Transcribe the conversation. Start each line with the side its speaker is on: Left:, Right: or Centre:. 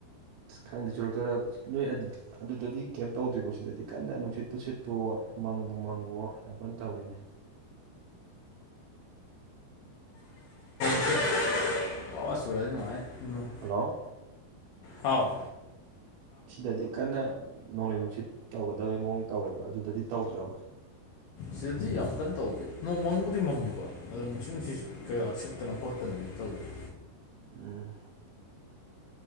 Right: ꯈꯪꯗꯦ ꯆꯨꯔꯛꯇꯣꯔ ꯅꯣꯏ ꯑꯗꯨꯗ ꯑꯗꯨꯗꯗꯤ ꯀꯩꯝ ꯇꯧꯗ꯭ꯔꯤꯕꯣꯁꯤꯗꯗꯤ ꯀꯟꯅ ꯅꯨꯡꯁꯤꯠ ꯄꯨꯁꯤꯠꯄꯣ ꯃꯪꯕꯨ ꯃꯪꯕꯣ ꯌꯥꯝ ꯀꯟꯅ ꯇꯧꯔꯤꯅꯦ
Left: <unintelligible> ꯋꯥ ꯋꯥ ꯋꯥ ꯆꯨꯔꯛꯑꯗꯤ ꯅꯨꯡꯉꯥꯏꯌꯦ ꯅꯣꯡ
Right: ꯍꯜꯂꯥꯎ
Left: ꯊꯥꯎ
Right: ꯁꯤꯗꯗꯤ ꯀꯟꯅ ꯅꯣꯡꯂꯩ ꯅꯨꯡꯁꯤꯠ ꯇꯧꯒꯗꯕꯩ ꯃꯑꯣꯡ ꯇꯧꯋꯦꯕ ꯑꯗꯨꯗꯗꯤ ꯇꯧꯗ꯭ꯔꯕ
Left: ꯁꯤꯗꯗꯤ ꯌꯥꯝ ꯀꯟꯅ ꯇꯧꯗꯦ ꯅꯣꯡ ꯃꯪꯕꯨꯗꯤ ꯃꯪꯉꯤꯀꯣ ꯑꯗꯣ ꯅꯨꯡꯁꯤꯠ ꯅꯨꯡꯁꯤꯖꯤ ꯀꯩꯌꯥꯁꯤꯠꯇꯅ ꯈꯣꯠꯇꯅꯗꯤ ꯇꯧꯗꯦ
Right: ꯎꯝ